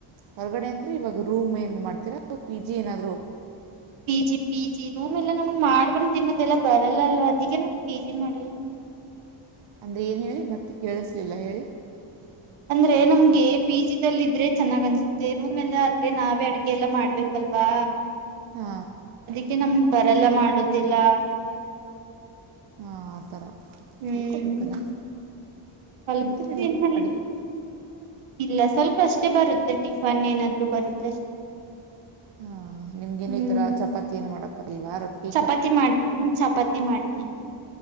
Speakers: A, on the right; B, on the right.
A: ಹೊರಗಡೆ ಅಂದ್ರೆ ಇವಾಗ ರೂಮ್ ಏನ್್ ಮಾಡ್ತೀರಾ ಪಿ ಜಿ ಏನಾದ್ರು
B: P G P G room ಎಲ್ಲ ನಮಗೆ ಮಾಡ್ಕೊಂಡು ತಿನ್ನೋದೆಲ್ಲ ಬರಲ್ಲ ಅಲ್ವ ಅದಕ್ಕೆ ನ ಪಿ ಜಿ ಮಾಡಲ್ಲ
A: ಅಂದ್ರೆ ಏನು ಹೇಳಿ ಮತ್ತೆ ಕೇಳಿಸ್ಲಿಲ್ಲ ಹೇಳಿ
B: ಅಂದ್ರೆ ನಮ್ಗೆ ಪಿ ಜಿದಲ್ಲ ಇದ್ರೆ ಚೆನ್ನಾಗ್ ಅನ್ಸುತ್ತೆ ರೂಮ್ ಎಲ್ಲ ಆದ್ರೆ ನಾವೇ ಅಡ್ಗೆ ಎಲ್ಲಾ ಮಾಡ್ಬೇಕಲ್ವಾ
A: ಹಾ
B: ಅಡುಗೆ ನಮ್ ಬರಲ್ಲ ಮಾಡುದಿಲ್ಲ
A: ಹಾ ಆತರ
B: ಹ್ಮ್
A: ಕಲ್ತಿಕೊ ಬೇಕಲ್ಲ
B: ಕಲ್ಕತಿವಿ
A: ನಿ ಗ್ರ ಅಡಗೆ
B: ಇಲ್ಲ ಸ್ವಲ್ಪ ಅಷ್ಟೇ ಬರುತ್ತೆ ಟಿಫಾನ್ ಏನಾದ್ರು ಬರುತ್ತೆ ಅಷ್ಟೇ
A: ಹಾಂ ನಿಮಗೇನು
B: ಹ್ಮ್
A: ಈ ಥರ ಚಪಾತಿ ಏನು ಮಾಡೋಕ್ಕೆ ಬರಲ್ವಾ ರೊಟ್ಟಿ
B: ಚಪಾತಿ ಮಾಡ್ತೀ ಚಪಾತಿ ಮಾಡ್ತೀನಿ